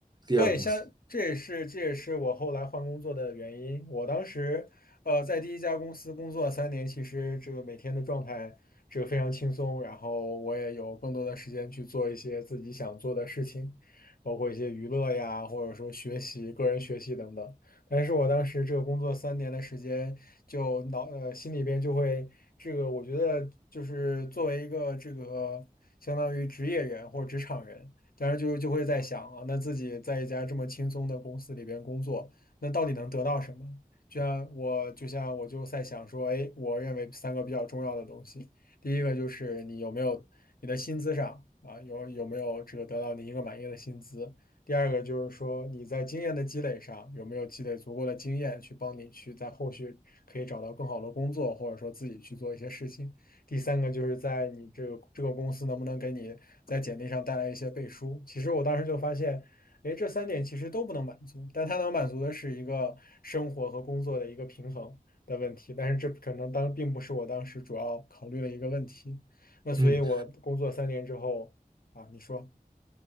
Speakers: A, on the right; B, on the left.
A: 第二个公司，
B: 对，像这也是这也是我后来换工作的原因。我当时，呃，在第一家公司工作三年，其实这个每天的状态这个非常轻松，然后我也有更多的时间去做一些自己想做的事情，包括一些娱乐呀，或者说学习、个人学习等等。但是我当时这个工作三年的时间，就脑呃心里边就会这个，我觉得就是作为一个这个相当于职业人或者职场人。但是就就会在想啊，那自己在一家这么轻松的公司里边工作，那到底能得到什么？就像我，就像我就在想说，哎，我认为三个比较重要的东西，第一个就是你有没有你的薪资上啊，有有没有这个得到你一个满意的薪资？第二个就是说你在经验的积累上有没有积累足够的经验去帮你去在后续可以找到更好的工作，或者说自己去做一些事情。第三个就是在你这个这个公司能不能给你在简历上带来一些背书。其实我当时就发现，哎，这三点其实都不能满足，但它能满足的是一个生活和工作的一个平衡的问题。但是这可能当并不是我当时主要考虑的一个问题。那所以，
A: 嗯，
B: 我工作三年之后啊，你说。